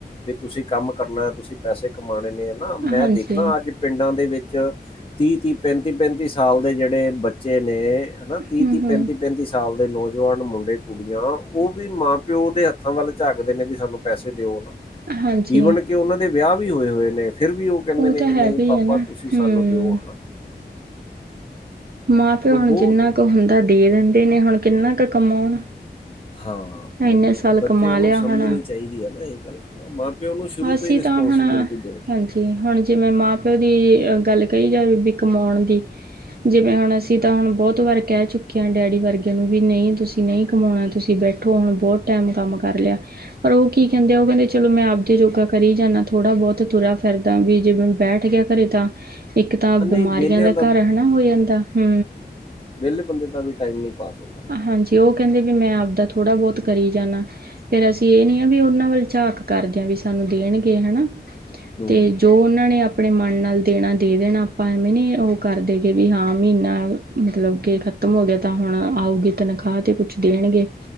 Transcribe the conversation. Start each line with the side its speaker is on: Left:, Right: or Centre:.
Left: ਵੀ ਤੁਸੀਂ ਕੰਮ ਕਰਨਾ ਤੁਸੀਂ ਪੈਸੇ ਕਮਾਣੇ ਨੇ ਨਾ ਮੈਂ
Right: ਹਾਂਜੀ
Left: ਦੇਖਦਾ ਅੱਜ ਪਿੰਡਾਂ ਦੇ ਵਿੱਚ ਤੀਹ ਤੀਹ ਪੈਂਤੀ ਪੈਂਤੀ ਸਾਲ ਦੇ ਜਿਹੜੇ ਬੱਚੇ ਨੇ! ਹੈਨਾ ਤੀਹ
Right: ਹੂੰ-ਹੂੰ,
Left: ਤੀਹ ਪੈਂਤੀ ਪੈਂਤੀ ਸਾਲ ਦੇ ਨੌਜਵਾਨ ਮੁੰਡੇ ਕੁੜੀਆਂ ਉਹ ਵੀ ਮਾਂ ਪਿਓ ਦੇ ਹੱਥ ਹਰ ਵੇਲੇ ਝਾਕਦੇ ਨੇ ਵੀ ਸਾਨੂੰ ਪੈਸੇ ਦਿਓ ਨਾ
Right: ਹਾਂਜੀ-ਹਾਂਜੀ।
Left: ਈਵਨ ਕਿ ਉਹਨਾਂ ਦੇ ਵਿਆਹ ਵੀ ਹੋਏ ਹੋਏ ਨੇ ਫਿਰ ਵੀ ਉਹ ਕਹਿੰਦੇ ਨੇ
Right: ਤਾਂ
Left: ਕਿ ਨਹੀਂ
Right: ਹੈਗਾ ਹੀ
Left: ਪਾਪਾ
Right: ਹੈ ਨਾ
Left: ਤੁਸੀਂ ਸਾਨੂੰ
Right: ਹੂੰ।
Left: ਦਿਓ ਹਨਾ।
Right: ਮਾਂ ਪਿਓ
Left: ਤਾਂ ਬਹੁਤ
Right: ਹੁਣ ਜਿੰਨਾ ਕੁ ਹੁੰਦਾ ਦੇ ਦਿੰਦੇ ਨੇ ਹੁਣ ਕਿੰਨਾ ਕੁ ਕਮਾਉਣ।
Left: ਹਾਂ ਬਿਲਕੁਲ
Right: ਇੰਨੇ ਸਾਲ
Left: ਬੱਚਿਆਂ
Right: ਕਮਾ
Left: ਨੂੰ
Right: ਲਿਆ
Left: ਸਮਝਣੀ
Right: ਹੁਣ
Left: ਚਾਹੀਦੀ ਹੈ ਨਾ ਇਹ ਗੱਲ ਮਾਂ ਪਿਓ ਨੂੰ ਸ਼ੁਰੂ
Right: ਅਸੀਂ
Left: ਤੋਂ ਹੀ ਰਿਸਪੋਂਸੀਬਿਲਿਟੀ
Right: ਤਾਂ ਹੁਣ
Left: ਦੇਣੀ
Right: ਹਾਂਜੀ
Left: ਚਾਹੀਦੀ ਏ
Right: ਹੁਣ ਜਿਵੇਂ ਮਾਂ ਪ ਉਹ ਦੀ ਗੱਲ ਕਹੀ ਜਾਵੇ ਵੀ ਕਮਾਉਣ ਦੀ। ਜਿਵੇਂ ਹੁਣ ਅਸੀਂ ਤਾਂ ਹੁਣ ਬਹੁਤ ਵਾਰ ਕਹਿ ਚੁੱਕੇ ਹਾਂ ਡੈਡੀ ਵਰਗੇ! ਨੂੰ ਵੀ ਨਹੀਂ ਤੁਸੀਂ ਨਹੀਂ ਕਮਾਉਣਾ ਤੁਸੀਂ ਬੈਠੋ ਹੁਣ ਬਹੁਤ ਟਾਈਮ ਕੰਮ ਕਰ ਲਿਆ। ਪਰ ਉਹ ਕੀ ਕਹਿੰਦੇ ਆ ਉਹ ਕਹਿੰਦੇ ਚਲੋ ਮੈਂ ਆਪ ਤੇ ਯੋਗਾ ਕਰੀ ਜਾਂਦਾ ਥੋੜ੍ਹਾ ਬਹੁਤ ਤੁਰਾ ਫਿਰਦਾ ਵੀ ਜੇ ਮੈਂ ਬੈਠ ਗਿਆ ਘਰੇ ਤਾਂ ਇੱਕ ਤਾਂ ਬਿਮਾਰੀਆਂ
Left: ਆ ਨਹੀਂ ਵੇਲਿਆਂ
Right: ਦਾ ਘਰ ਹੈ ਨਾ ਹੋ ਜਾਂਦਾ ਹੂ
Left: ਵਿਹਲੇ ਬੰਦੇ ਦਾ ਵੀ ਟਾਈਮ ਨਹੀਂ ਪਾਸ ਹੁੰਦਾ।
Right: ਹਾਂਜੀ ਉਹ ਕਹਿੰਦੇ ਵੀ ਮੈਂ ਆਪਦਾ ਥੋੜ੍ਹਾ ਬਹੁਤ ਕਰੀ ਜਾਂਦਾ। ਫੇਰ ਅਸੀਂ ਇਹ ਨੀ ਆ ਵੀ ਉਹਨਾਂ ਵੱਲ ਝਾਕ ਕਰਦੇ ਹਾਂ ਵੀ ਸਾਨੂੰ ਦੇਣਗੇ ਹੈਨਾ।
Left: ਹੂੰ
Right: ਤੇ ਜੋ ਉਹਨਾਂ ਨੇ ਆਪਣੇ ਮਨ ਨਾਲ ਦੇਣਾ ਦੇ ਦੇਣਾ ਆਪਾਂ ਐਵੇਂ ਨੇ ਉਹ ਕਰਦੇ ਗ ਵੀ ਹਾਂ ਮਹੀਨਾ ਮਤਲਬ ਕੇ ਖ਼ਤਮ ਹੋ ਗਿਆ ਤਾਂ ਹੁਣ ਆਊਗੀ ਤਨਖਾਹ ਤੇ ਕੁਛ ਦੇਣਗੇ,